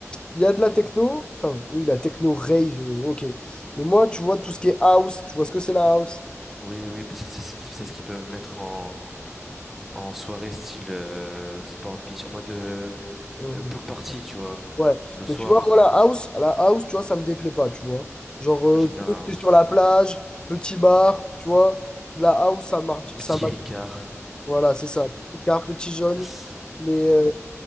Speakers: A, on the left; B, in the centre.
A: il y a de la techno, enfin, oui, la techno rave, euh, ok. Mais moi, tu vois, tout ce qui est house, tu vois ce que c'est la house?
B: Oui, oui, bah, c'est c'est ce qui- c'est ce qu'ils peuvent mettre en, en soirée style euh, sport beach, en mode euh,
A: Mhm.
B: euh, pool party, tu vois.
A: Ouais,
B: Le soir.
A: mais tu vois, moi, la house, la house, tu vois, ça me déplaît pas, tu vois. Genre, euh,
B: Moi, J'aime bien
A: tu
B: la house.
A: es sur la plage, petit bar, tu vois, la house, ça marche,
B: Petit
A: ça
B: Ricard.
A: Voilà, c'est ça. Petit Picard, petit jaune.
B: <laughs>
A: Mais euh,